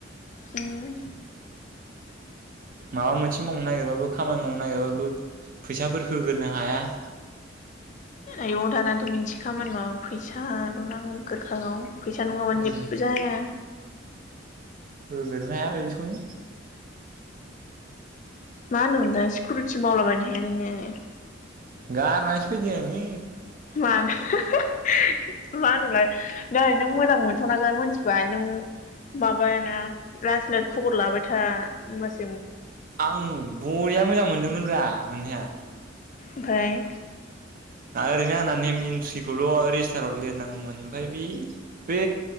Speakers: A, on the left; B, on the right.
A: उ <unintelligible>
B: माबा मोनसे मावनो नागिरबाबो खामानि मावनो नागिरबाबो फैसाफोर होग्रोनो हाया। <inaudible>
A: आय' दानाथ' बिदि खामानि माबाबा फैसा ल' नांग्रो खागौ। फैसा नंङाबानो
B: उम
A: जेबबो जाया।
B: होगोरनो हाया‌ एसेखौनो।
A: मा होनोमोनलाय सिकिउरिटि मावलाबायनो हाया नोंङो?
B: गारनासो फैदि आंङो।
A: मानो <unintelligible> मा होनो मोनोलाय नैऐ नों मोजां मोनस'नाखै मिथिबाय नों माबायाना लासै लासै खबर लाबाय था होनबासो
B: आं बरिया मोजां मोनदोंमोनब्रा मोननाया।
A: ओमफाय?
B: ओरैनो आंना नेम एन्ट्रिखौल' रेजिस्टाराव लिरनांगौमोन ओमफ्राय बि बे